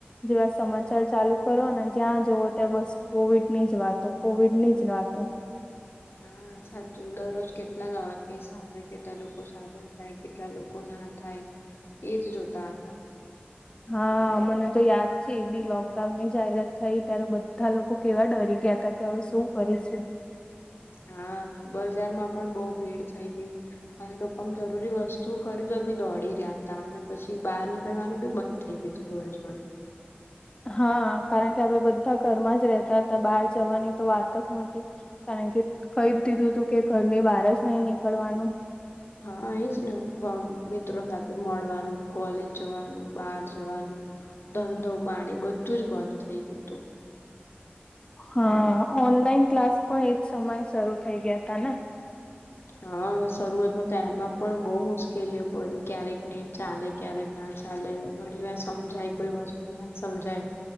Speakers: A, on the left; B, on the left.
A: જેવા સમાચાર ચાલુ કરો ને જ્યાં જવ ત્યાં બસ કોવિડ ની જ વાતો કોવિડ ની જ વાતો,
B: હા, સાચું દરરોજ કેટલા નવા કેસ આવે કેટલા લોકો સાજા થાય, કેટલા લોકો ના થાય એજ જોતા હતા,
A: હા, મને તો યાદ છે બી લોકડાઉન ની જાહેરાત થઈ, ત્યારે બધા લોકો કેવા ડરી ગયા હતા કે હવે શું કરીશું,
B: હા, બજાર માં પણ બહ ભીડ થઈ ગઈ અને લોકો જરૂરી વસ્તુઓ ખરીદવા બી દોડી રહ્યા, ત અને પછી બહાર નીકળવાનું બી બંધ થઈ ગયુ હતું, જોડે જોડે
A: હા કારણ કે આપણે બધા ઘરમાં જ રહેતા હતા બહાર જવાની તો વાત જ નહોતી, કારણ કે કહી જ દીધું તું કે ઘરની બહાર જ નહી નીકળવાનું,
B: હા, એજ ને મિત્રો હ મળવાનું કોલેજ જવાનું બાર જવાનું, ધંધો પાણી બધું જ બંધ થઈ ગયું હતું,
A: હા, ઓનલાઈન ક્લાસ પણ એજ સમયે શરૂ થઈ ગયા તા ને
B: હા, શરૂઆત ન તો એમમાં પણ બહુ મુશ્કેલીઓ પડી ક્યારેક નહી. ચાલે ક્યારેક ના ચાલે ઘણી વાર સમજાય કોઈ વસ્તુ ના સમજાય,